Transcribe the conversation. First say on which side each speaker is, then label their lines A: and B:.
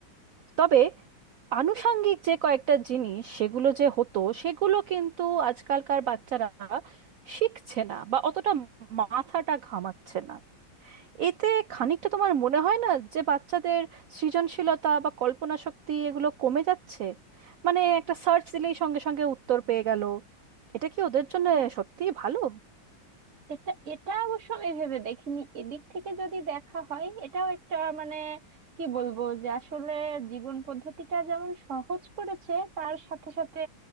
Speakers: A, on the right; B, on the right.
A: তবে আনুষাঙ্গিক যে কয়েকটা জিনিস সেগুলো যে হতো সেগুলো কিন্তু আজকালকার বাচ্চারা শিখছে না বা অতটা মাথাটা ঘামাচ্ছে না এতে খানিকটা তোমার মনে হয় না যে বাচ্চাদের সৃজনশীলতা বা কল্পনা শক্তি এগুলো কমে যাচ্ছে মানে একটা সার্চ দিলেই সঙ্গে সঙ্গে উত্তর পেয়ে গেল এটা কি ওদের জন্য
B: হ্যাঁ
A: সত্যিই ভালো
B: এটা এটা অবশ্য আমি ভেবে দেখিনি এদিক থেকে যদি দেখা হয় এটাও একটা মানে কি বলবো যে আসলে জীবন পদ্ধতিটা যেমন সহজ করেছে তার সাথে সাথে